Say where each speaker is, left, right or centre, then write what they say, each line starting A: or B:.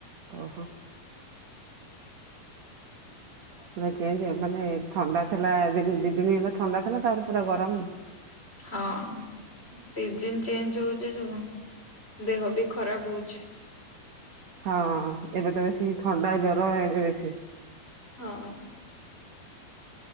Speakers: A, on the right (about 60°); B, on the left (about 15°).
A: ଓହୋ। ପୁରା ଚେଞ୍ଜ ଆ ମାନେ ଥଣ୍ଡା ଥିଲା ଦି ଦି ଦିନ ହେଲା ଥଣ୍ଡା ଥିଲା ତା ପୁରା ଗରମ।
B: ହଁ ସିଜିନ୍ ଚେଞ୍ଜ ହଉଚି ସବୁ ଦେହ ବି ଖରାପ ହଉଚି।
A: ହଁ ଏବେ ତ ବେଶୀ ଥଣ୍ଡା ଜର ଏବେ ବେଶୀ।
B: ହଁ।